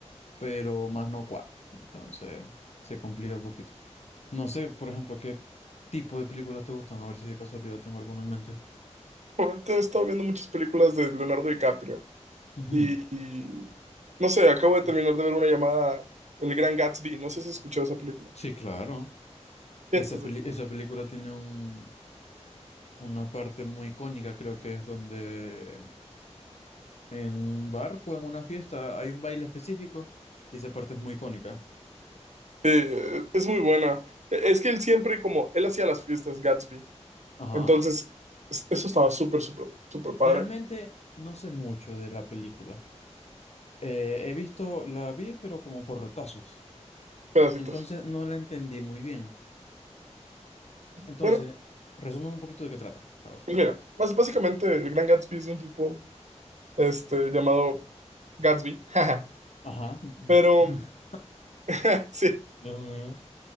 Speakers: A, on the left; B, on the right.
A: pero más no cuadra. Entonces, se complica un poquito. No sé, por ejemplo, qué tipo de películas te gustan, a ver si de casualidad tengo alguna en mente.
B: Últimamente he estado viendo muchas películas de Leonardo DiCaprio
A: Ujú.
B: y, y no sé, acabo de terminar de ver una llamada El Gran Gatsby. No sé si has escuchado esa película.
A: Sí, claro.
B: ¿Qué piensas
A: Esa peli-
B: de esa película?
A: esa película tiene un, una parte muy icónica, creo que es donde en un barco, en una fiesta, hay un baile específico y esa parte es muy icónica.
B: Eh, es muy buena. Eh, Es que él siempre, como él hacía las fiestas Gatsby,
A: Ajá.
B: entonces es- eso estaba súper, súper, súper padre.
A: Realmente no sé mucho de la película. Eh, he visto, la vi, pero como por retazos.
B: Pedacitos.
A: Entonces no la entendí muy bien. Entonces,
B: Bueno,
A: resumen un poquito de qué trata. A ver.
B: pues mira, más básicamente el Gran Gatsby es de un tipo este, llamado Gatsby, <laughs>
A: Ajá.
B: pero
A: <laughs>
B: <laughs> sí,
A: Dios mío.